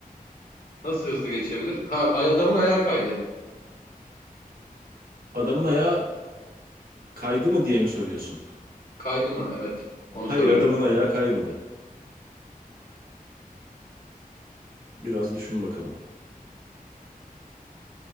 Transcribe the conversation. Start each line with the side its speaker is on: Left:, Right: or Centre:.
Left: Nasıl hızlı geçebilir? Ha, ay- adamın ayağı kaydı.
Right: Adamın ayağı kaydı mı diye mi soruyorsun?
Left: Kaydı mı? Evet. Onu
Right: Hayır
Left: soruyorum.
Right: adamın ayağı kaymadı. Biraz düşün bakalım.